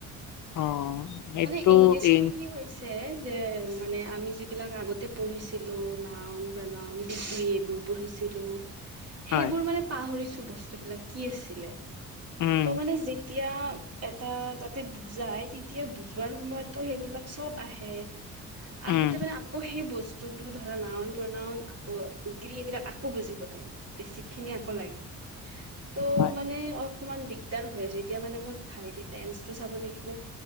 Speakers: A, on the left (about 45°); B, on the right (about 35°).
A: অ'। সেইটো
B: মানে ইংলিছতটো
A: ইন
B: কি হৈছে যে মানে আমি যিবিলাক আগতে পঢ়িছিলো নওন, প্ৰণন, ডিগ্ৰী এইবোৰ পঢ়িছিলো সেইবোৰ
A: হয়
B: মানে পাহৰিছো বস্তুবলাক কি আছিলে।
A: উম
B: ত, মানে যে যেতিয়া এটা তাতে বুজাই তেতিয়া বুজোৱাৰ সময়তো সেইবিলাক চব আহে আহোতে
A: উম
B: মানে আকৌ সেই বস্তুতটো ধৰা নওন, প্ৰনাওন আকৌ এইবিলাক আকৌ বুজিব লাগে। বছিক খিনি আকৌ লাগে। ত'
A: হয়
B: মানে অকমান দিগদাৰ হৈ আছে এতিয়া মানে মোৰ ভালকে টেন্সটো চাব লাগিব